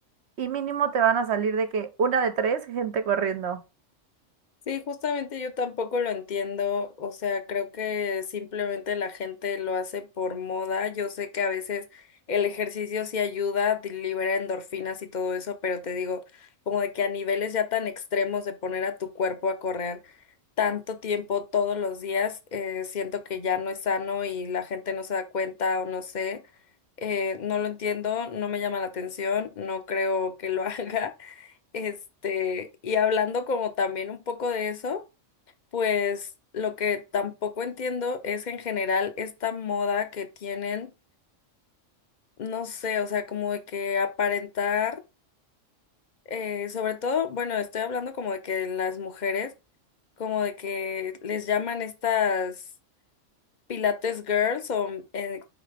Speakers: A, on the right (about 60°); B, on the left (about 40°).
A: y mínimo te van a salir de que una de tres gente corriendo.
B: Sí, justamente yo tampoco lo entiendo, o sea, creo que simplemente la gente lo hace por moda. Yo sé que a veces el ejercicio sí ayuda, di- libera endorfinas y todo eso, pero te digo, como de que a niveles ya tan extremos de poner a tu cuerpo a correr tanto tiempo todos los días, eh, siento que ya no es sano y la gente no se da cuenta o no sé, eh, no lo entiendo, no me llama la atención, no creo que lo <laughs> haga. Este, y hablando como también un poco de eso, pues lo que tampoco entiendo es en general esta moda que tienen, no sé, o sea, como de que aparentar, eh, sobre todo, bueno, estoy hablando como de que las mujeres, como de que les llaman estas Pilates Girls o eh,